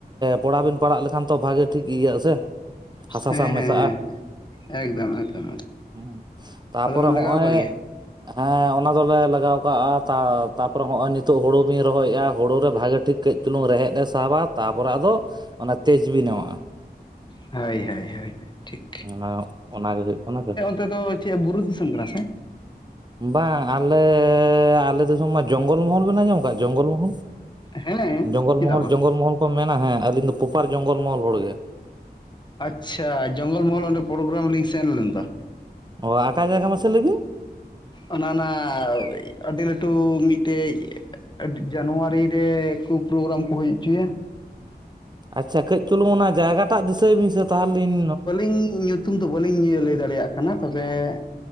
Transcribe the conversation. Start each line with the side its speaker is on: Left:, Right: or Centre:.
Right: ᱯᱚᱲᱟᱵᱤᱱ ᱯᱟᱲᱟᱜ ᱞᱮᱠᱷᱟᱱ ᱛᱚ ᱵᱷᱟᱜᱮ ᱴᱷᱤᱠ ᱤᱭᱟᱹᱜᱼᱟ ᱥᱮ? ᱦᱟᱥᱟ
Left: ᱦᱮᱸ
Right: ᱥᱟᱶ ᱢᱮᱥᱟᱜᱼᱟ
Left: ᱦᱮᱸ ᱦᱮᱸ ᱮᱠᱫᱚᱢ ᱮᱠᱫᱚᱢ᱾
Right: ᱦᱩᱸ ᱛᱟᱯᱚᱨᱮ
Left: ᱟᱫᱚ ᱵᱮᱱ ᱞᱟᱜᱟᱣ
Right: ᱦᱚᱸᱜᱼᱚᱭ
Left: ᱠᱟᱜ ᱜᱮᱭᱟ
Right: ᱦᱮᱸ ᱚᱱᱟ ᱫᱚᱞᱮ ᱞᱟᱜᱟᱣ ᱠᱟᱜᱼᱟ ᱛᱟ ᱛᱟ ᱯᱚᱨᱮ ᱦᱚᱸᱜ ᱱᱤᱛᱳᱜ ᱦᱩᱲᱩ ᱵᱤᱱ ᱨᱚᱦᱚᱭᱮᱫᱼᱟ ᱦᱩᱲᱳ ᱨᱮ ᱵᱷᱟᱜᱮ ᱴᱷᱤᱠ ᱠᱟᱹᱡ ᱪᱩᱞᱩᱝ ᱨᱮᱦᱮᱫ ᱮ ᱥᱟᱵᱟ ᱛᱟ ᱯᱚᱨᱮ ᱟᱫᱚ ᱚᱱᱟ ᱛᱮᱡᱽᱵᱤ ᱮᱢᱟᱜᱼᱟ᱾
Left: ᱦᱳᱭ ᱦᱳᱭ ᱦᱳᱭ ᱴᱷᱤᱠ᱾
Right: ᱚᱱᱟ ᱚᱱᱟ ᱜᱮ ᱦᱩᱭᱩᱜ ᱠᱟᱱᱟ ᱠᱟ
Left: ᱱᱚᱛᱮ ᱫᱚ ᱪᱮᱫ ᱵᱩᱨᱩ ᱫᱤᱥᱚᱢ ᱠᱟᱱᱟ ᱥᱮ?
Right: ᱵᱟᱝ ᱟᱞᱮ ᱟᱞᱮ ᱫᱤᱥᱚᱢ ᱢᱟ ᱡᱚᱝᱜᱚᱞ ᱢᱚᱦᱚᱞ ᱵᱮᱱ ᱟᱸᱡᱚᱢ ᱟᱠᱟᱟᱜ ᱡᱚᱝᱜᱚᱞ ᱢᱚᱦᱚᱞ?
Left: ᱦᱮᱸ
Right: ᱡᱚᱝᱜᱚᱞ
Left: ᱪᱮᱫᱟᱜ
Right: ᱢᱚᱦᱚᱞ
Left: ᱵᱟᱝ
Right: ᱡᱚᱝᱜᱚᱞ ᱢᱚᱦᱚᱞ ᱠᱚ ᱢᱮᱱᱟ ᱦᱮᱸ ᱟᱹᱞᱤᱧ ᱫᱚ ᱯᱚᱯᱟᱨ ᱡᱚᱝᱜᱚᱞ ᱢᱚᱦᱚᱞ ᱦᱚᱲ ᱜᱮ᱾
Left: ᱟᱪᱪᱷᱟ ᱡᱚᱝᱜᱚᱞ ᱢᱚᱦᱚᱞ ᱚᱸᱰᱮ ᱯᱨᱳᱜᱨᱟᱢ ᱞᱤᱧ ᱥᱮᱱ ᱞᱮᱱ ᱫᱚ᱾
Right: ᱚ ᱟᱠᱟ ᱡᱟᱭᱜᱟ ᱢᱟᱥᱮ ᱞᱟᱹᱭ ᱵᱮᱱ?
Left: ᱚᱱᱟ ᱱᱟ ᱟᱹᱰᱤ ᱞᱟᱹᱴᱩ ᱢᱤᱫᱴᱮᱡ ᱟᱹᱰᱤ ᱡᱟᱱᱩᱣᱟᱨᱤ ᱨᱮ ᱯᱨᱳᱜᱨᱟᱢ ᱠᱚ ᱦᱩᱭ ᱚᱪᱚᱭᱟ᱾
Right: ᱟᱪᱪᱷᱟ ᱠᱟᱹᱡ ᱪᱩᱞᱩᱝ ᱚᱱᱟ ᱡᱟᱭᱜᱟᱴᱟᱜ ᱫᱤᱥᱟᱹᱭ ᱵᱤᱱ ᱥᱮ ᱛᱟᱦᱚᱞᱮᱧ
Left: <unintelligible> ᱛᱩᱢ ᱫᱚ ᱵᱟᱹᱞᱤᱧ ᱞᱟᱹᱭ ᱫᱟᱲᱮᱭᱟᱜ ᱠᱟᱱᱟ, ᱛᱚᱵᱮ